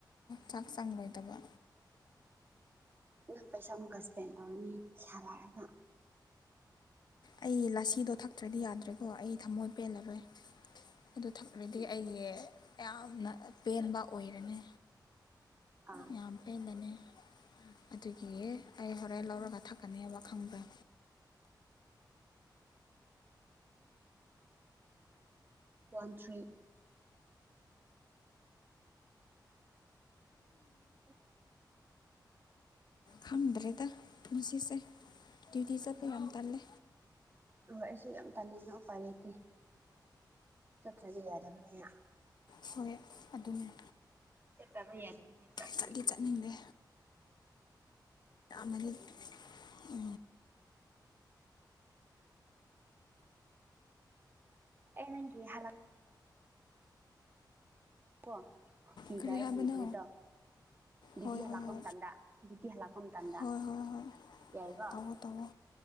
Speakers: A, on the left (about 65°); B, on the right (about 30°).
A: ꯆꯥꯛ ꯆꯥꯡꯂꯣꯏꯗꯕ
B: ꯅꯪ ꯄꯩꯁꯥ ꯑꯃꯨꯛ ꯁꯄꯦꯟ ꯇꯧꯅꯤ ꯆꯂꯑꯒ
A: ꯑꯩ ꯂꯥꯁꯤꯗꯣ ꯊꯛꯇ꯭ꯔꯗꯤ ꯌꯥꯗ꯭ꯔꯦꯀꯣ ꯑꯩ ꯊꯃꯣꯏ ꯄꯦꯜꯂꯔꯣꯏ ꯑꯗꯨ ꯊꯛꯂꯔꯗꯤ ꯑꯩꯒꯤ ꯌꯥꯝꯅ ꯄꯦꯟꯕ ꯑꯣꯏꯔꯅꯤ
B: ꯑꯥ
A: ꯌꯥꯝꯄꯦꯗꯅꯦ ꯑꯗꯨꯒꯤ ꯑꯩ ꯍꯣꯔꯦꯟ ꯂꯧꯔꯒ ꯊꯛꯀꯅꯦꯕ ꯈꯪꯕ꯭ꯔꯥ
B: ꯋꯥꯟ ꯊ꯭ꯔꯤ ꯎꯝ
A: ꯈꯝꯗ꯭ꯔꯦꯗ ꯄꯨꯟꯁꯤꯁꯦ ꯭ꯌꯨꯗꯤ ꯆꯠꯄ ꯌꯥꯝ ꯇꯂꯦ
B: ꯍꯣꯏ ꯑꯩꯁꯨ ꯌꯥꯝ ꯇꯅꯄꯔ ꯂꯩꯇ ꯆꯇ꯭ꯔ ꯌꯥꯔꯅꯦ
A: ꯍꯣꯏ ꯑꯗꯨꯅꯦ
B: ꯆꯠꯇꯩꯌꯥ ꯆꯥꯛ
A: ꯆꯠꯗꯤ ꯆꯠꯅꯤꯡꯗꯦ ꯃꯥꯅꯤ ꯎ
B: ꯑꯩ ꯅꯪꯒꯤ ꯍꯂ ꯣ ꯐꯤꯒꯥꯏꯒꯤ
A: ꯀꯔꯤ ꯍꯥꯏꯕꯅꯣ
B: ꯄ꯭ꯔꯤꯇꯥ ꯗꯤꯇꯤ
A: ꯍꯣꯏ
B: ꯍꯥꯂ
A: ꯍꯣꯏ
B: ꯀꯝ ꯇꯥꯟꯗ ꯗꯤꯇꯤ ꯍꯥꯂ ꯀꯝ ꯇꯥꯟꯗꯥ
A: ꯍꯣꯏ ꯍꯣꯏ ꯍꯣꯏ ꯍꯣꯏ
B: ꯌꯥꯏꯒ
A: ꯇꯧꯋꯣ ꯇꯧꯋꯣ